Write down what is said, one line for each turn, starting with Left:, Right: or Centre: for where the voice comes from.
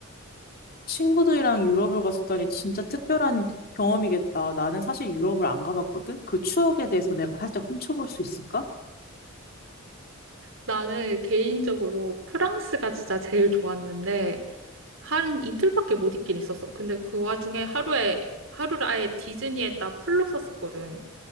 Left: 친구들이랑 유럽을 갔었다니 진짜 특별한 경험이겠다. 나는 사실 유럽을 안 가봤거든? 그 추억에 대해서 내가 살짝 훔쳐볼 수 있을까?
Right: 나는 개인적으로 프랑스가 진짜 제일 좋았는데, 한 이틀밖에 못 있긴 있었어. 근데 그 와중에 하루에, 하루를 아예 디즈니에다 풀로 썼었거든.